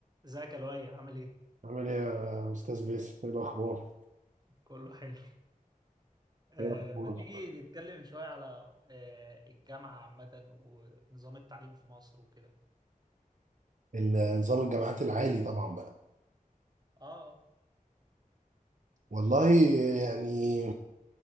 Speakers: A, on the right; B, on the right.
A: ازيك يا لؤي عامل ايه؟
B: عامل ايه يا استاذ باسم ايه الاخبار
A: كله حلو آه
B: ايه الاخبار
A: ما تيجي نتكلم شوية على آه الجامعة عامة ونظام التعليم في مصر وكده
B: النظام الجامعات العالي طبعا بقى
A: اه اه
B: والله يعني